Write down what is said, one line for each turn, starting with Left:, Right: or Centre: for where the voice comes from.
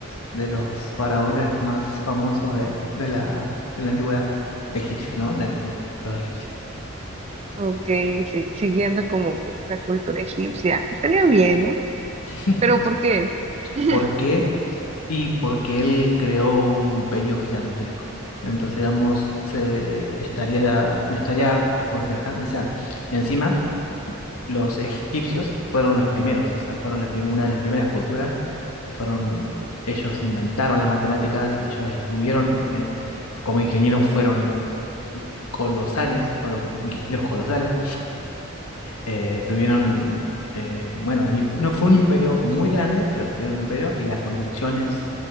Left: de los faraones más famosos de, de la, de la antigüedad egipcia, ¿no? Del- De, los egipcios.
Right: Ok, sí, siguiendo como que la cultura egipcia. Estaría bien, ¿eh?
Left: <laughs>
Right: Pero ¿por qué es? <laughs>
Left: ¿Por qué? Y porque él creó un imperio gigantesco. Entonces, digamos, se estaría, me estaría aconsejando, o sea, encima los egipcios fueron los primeros, o sea, fueron las prim- una de las primeras culturas y fueron, ellos inventaron las matemáticas, ellos estuvieron, eh, como ingenieros fueron colosales, fueron ingenieros colosales eh, tuvieron, eh, bueno, el imp- no fue un imperio muy grande, pero tuvieron un imperio y las construcciones,